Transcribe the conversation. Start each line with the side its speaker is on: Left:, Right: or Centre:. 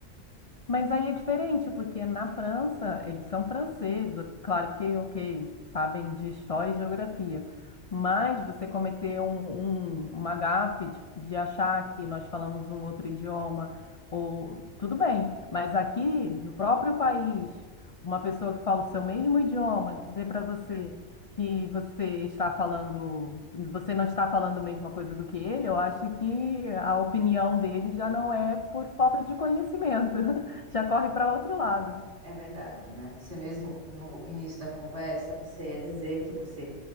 Left: Mas aí é diferente, porque na França eles são franceses, o- claro que, ok, sabem de história e geografia, mas você cometer um, um- uma gafe de, de achar que nós falamos um outro idioma, ou tudo bem, mas aqui no próprio país, uma pessoa que fala o seu mesmo idioma dizer para você que você está falando, você não está falando a mesma coisa do que ele, eu acho que a opinião dele já não é por falta de conhecimento. <laughs> Já corre para outro lado.
Right: É verdade, né? Você mesmo, no início da conversa, você ia dizer que você